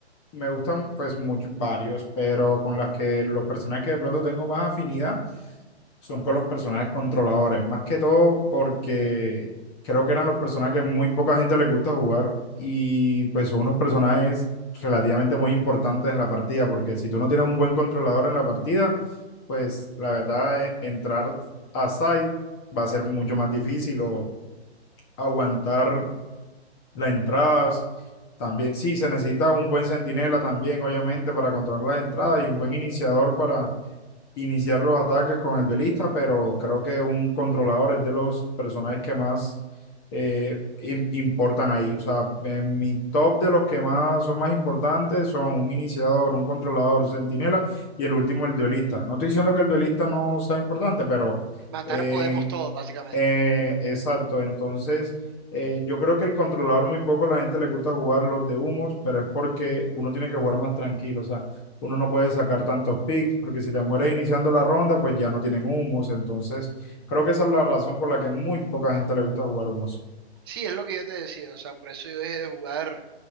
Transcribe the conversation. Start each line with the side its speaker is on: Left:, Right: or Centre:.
Left: me gustan pues muchos varios, pero con las que los personajes que de pronto tengo más afinidad son con los personajes controladores, más que todo porque creo que eran los personajes que muy poca gente le gusta jugar y pues son unos personajes relativamente muy importantes en la partida, porque si tú no tienes un buen controlador en la partida, pues la verdad eh, entrar a site va a ser mucho más difícil o aguantar las entradas. También, sí, se necesita un buen centinela también, obviamente, para controlar las entradas y un buen iniciador para iniciar los ataques con el duelista, pero creo que un controlador es de los personajes que más eh, im- importan ahí. O sea, en mi top de los que más son más importantes son un iniciador, un controlador, un centinela y el último, el duelista. No estoy diciendo que el duelista no sea importante, pero
Right: Matar
Left: eh,
Right: podemos todos, básicamente.
Left: eh, exacto, entonces eh, yo creo que el controlador muy poco a la gente le gusta jugar los de humos, pero es porque uno tiene que jugar más tranquilo, o sea, uno no puede sacar tantos picks, porque si te mueres iniciando la ronda, pues ya no tienen humos, entonces creo que esa es la razón por la que muy poca gente le gusta jugar humos.
Right: Sí, es lo que yo te decía, o sea, por eso yo dejé de jugar